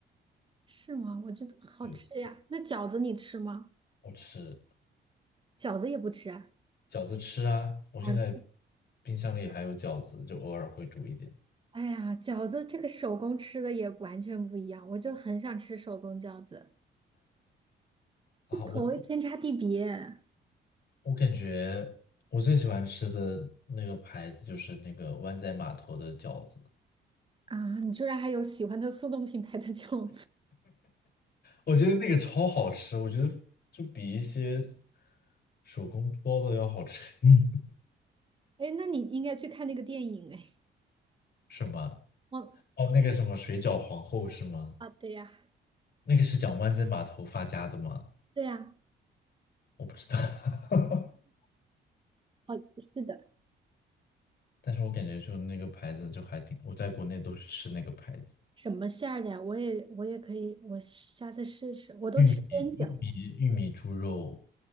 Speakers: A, on the right; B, on the left.
A: 是吗？我觉得好吃呀。
B: 对，
A: 那饺子你吃吗？
B: 我吃
A: 饺子也不吃啊。
B: 饺子吃啊，我现在
A: 好吃。
B: 冰箱里还有饺子，就偶尔会煮一点
A: <laughs> 哎呀，饺子这个手工吃的也完全不一样，我就很想吃手工饺子，
B: 啊。
A: 就口味天差地别
B: 我我感觉我最喜欢吃的那个牌子就是那个湾仔码头的饺子，
A: 啊！你居然还有喜欢的速冻品牌的饺子，
B: 我觉得那个超好吃，我觉得就比一些手工包的要好吃。<laughs> 嗯，
A: 哎，那你应该去看那个电影哎。
B: 是吗？
A: 哦
B: 哦，那个什么水饺皇后是吗？
A: 啊，对呀，
B: 那个是讲湾仔码头发家的吗？
A: 对呀，
B: 我不知道。<laughs>
A: 好，是的，
B: 但是我感觉就那个牌子就还挺，我在国内都是吃那个牌子，
A: 什么馅儿的呀？我也我也可以，我下次试试。我都吃煎饺
B: 玉米玉米玉米猪肉，